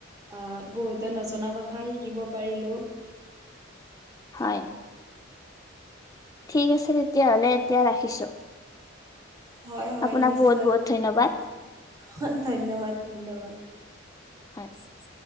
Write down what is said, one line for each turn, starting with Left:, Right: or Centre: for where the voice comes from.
Right: আ বহুতো নজনা কথা শিকিব পাৰিলোঁ।
Left: হয়, ঠিক আছে তেতিয়াহলে এতিয়া ৰাখিছো
Right: হয় হয়
Left: আপোনাক
Right: নিশ্চয়
Left: বহুত বহুত ধন্যবাদ।
Right: <unintelligible> ধন্যবাদ, ধন্যবাদ।
Left: হয়